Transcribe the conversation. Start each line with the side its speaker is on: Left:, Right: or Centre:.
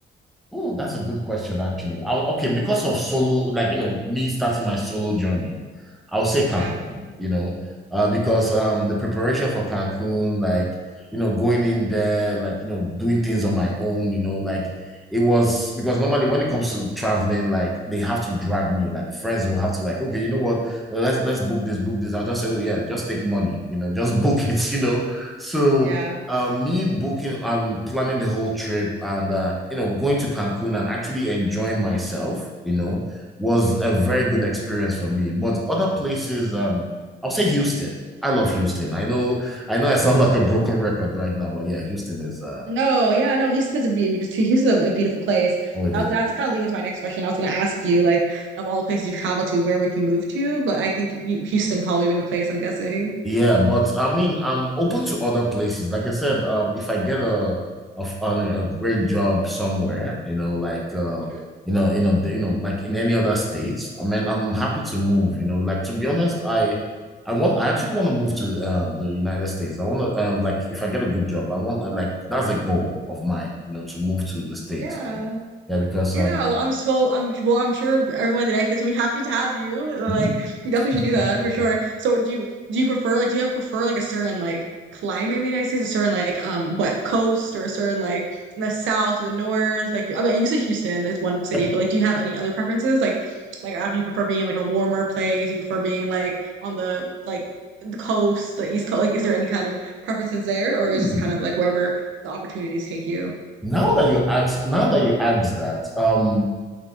Centre: Oh, that's a good question, actually. I, okay, because of solo, like you know, me starting my solo journey, I'll say Cancun,
Right: Yeah,
Centre: you know, uh, because um the preparation for Cancun, like you know, going in there, like you know, doing things on my own, you know, like it was because normally when it comes to traveling, like they have to drag me, like friends will have to like, okay, you know what, let's let's book this, book this. I'll just say, oh yeah, just take money, you know, just <laughs> book it, you know. So
Right: yeah.
Centre: um, me booking and planning the whole trip and uh, you know going to Cancun and actually enjoying myself, you know, was
Right: Mhm.
Centre: a very good experience for me. But other places, um, I'll say Houston. I love Houston. I know, I know, I sound <laughs> like a broken record right now, but yeah, Houston is uh,
Right: No, yeah, no, Houston is a be- Houston's a, a beautiful place.
Centre: holiday.
Right: That was, that was kind of leading to my next question. I was going to ask you, like, of all the places you've traveled to, where would you move to? But I think you, Houston probably be the place, I'm guessing.
Centre: Yeah, but I mean, I'm open to other places. Like I said, um, if I get a a, an- a great job somewhere, you know, like uh,
Right: Mhm.
Centre: you know, you know, you know, like in any other states, I mean, I'm happy to move. You know, like to be honest, I I want I actually want to move to um, the United States. I want to um, like if I get a good job, I want I, like that's a goal of mine. You know, to move to the states.
Right: Yeah.
Centre: Yeah, because
Right: Yeah,
Centre: um,
Right: well, I'm s- well, I'm well, I'm sure everyone in the United States will be happy to have you. Uh,
Centre: mhm.
Right: Like, you definitely
Centre: <laughs>
Right: should do that for sure. So, do you do you prefer like do you have prefer like a certain like climate in the United States, a certain like um what coast or a certain like the south or the north? Like, do- I mean, you say Houston is one city,
Centre: Yeah.
Right: but like, do you have any other preferences? Like, like after you prefer being like a warmer place, you prefer being like on the like the coast, the East Coast. Like, is there any kind of preferences there, or
Centre: Hmm.
Right: is just kind of like wherever the opportunities take you?
Centre: Now that you ask, now that you ask that, um.